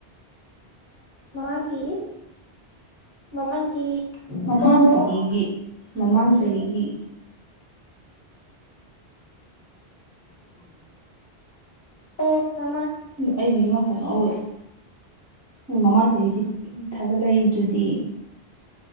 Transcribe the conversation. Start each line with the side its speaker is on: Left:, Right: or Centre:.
Left: <unintelligible> ꯃꯃꯥꯡꯒꯤ ꯃꯃꯥꯡꯒꯤ
Right: ꯃꯃꯥꯡ
Left: ꯑꯣ
Right: ꯆꯍꯤꯒꯤ ꯃꯃꯥꯡ ꯆꯍꯤꯒꯤ <inaudible>
Left: <unintelligible>
Right: ꯑꯩꯗꯤ ꯉ ꯉꯛꯄꯨ ꯉꯛꯎꯔꯦ ꯃꯃꯥꯡ ꯆꯍꯤꯒꯤ ꯊꯥꯒꯠꯂꯛꯏꯗꯨꯗꯤ